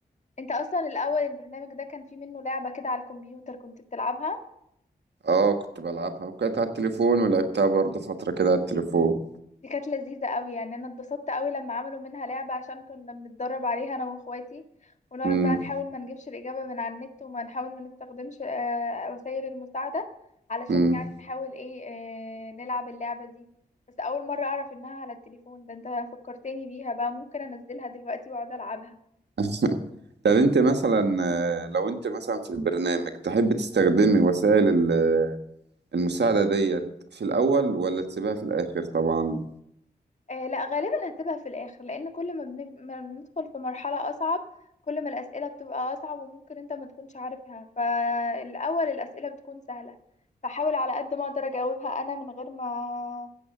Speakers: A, on the left; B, on the right.
A: انت اصلا الاول البرنامج ده كان فيه منه لعبة كده على الكمبيوتر كنت بتلعبها
B: اه كنت بلعبها وكانت على التليفون ولعبتها برضه فترة كده على التليفون
A: دي كانت لذيذة قوي يعني انا اتبسطت قوي لما عملوا منها لعبة عشان كنا بنتدرب عليها انا واخواتي ونقعد
B: امم
A: بقى نحاول ما نجيبش الإجابة من على النت وما نحاول ما نستخدمش آه، وسائل المساعدة علشان
B: امم
A: يعني نحاول ايه آه، نلعب اللعبة دي بس اول مرة اعرف انها على التليفون ده انت فكرتني بيها بقى ممكن انزلها دلوقتي واقعد العبها
B: <laughs> طب انت مثلا آه، لو انت مثلا في البرنامج تحب تستخدمي وسائل ال- المساعدة ديت في الأول ولا تسيبها في الآخر طبعا
A: آه لا غالبا هتبقى في الاخر لان كل ما, بن... ما بندخل في مرحلة اصعب كل ما الاسئلة بتبقى اصعب وممكن انت ما تكونش عارفها فالاول الاسئلة بتكون سهلة فحاول على قد ما اقدر اجاوبها انا من غير ما